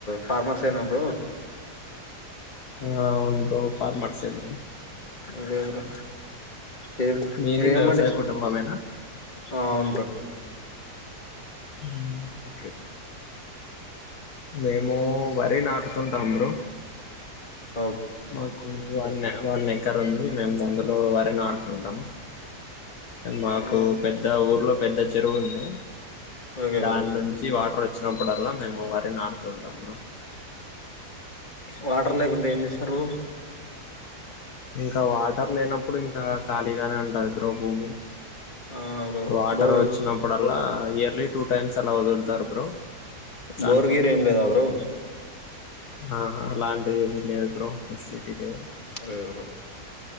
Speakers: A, on the left (about 30°); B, on the left (about 70°).
A: ఫార్మర్స్ ఏనా బ్రో
B: ఆ అవును బ్రో ఫార్మర్స్ ఏ బ్రో
A: అదే బ్రో ఏ
B: మీది
A: ఇరేం
B: వ్యవసాయ
A: మడి
B: కుటుంబమేనా
A: ఆ అవును బ్రో
B: మ్మ్ ఓకే మేము వరి నాటుతు ఉంటాం బ్రో
A: ఇ
B: మాకు వన్ వన్ ఎకర్ ఉంది మేము దందులో వరి నటుతుంటాము మాకు
A: ఆ,
B: పెద్ద ఊర్లో పెద్ద చెరువు ఉంది
A: ఓకే
B: దాన్నుంచి
A: బ్రో
B: వాటర్ ఒచ్ వచ్చినప్పుడల్లా మేము వరి నాటుతూ ఉంటాము
A: వాటర్ లేకుంటే ఏం చేస్తరూ?
B: ఇంకా వాటర్ లేనప్పుడు ఇంకా ఖాళీగానే ఉంటద్ బ్రో భూమి
A: అవునా బ్రో
B: వాటర్
A: బోరు
B: ఒచ్చినప్పుడల్లా ఇయర్లీ టూ టైమ్స్ అలా వదులుతారు బ్రో దాంట్లో
A: బోర్ గీర్ ఏం లేదా బ్రో
B: ఆహా అలాంటివి ఏది లేదు బ్రో ఫెసిలిటీ లేదు
A: లేదు బ్రో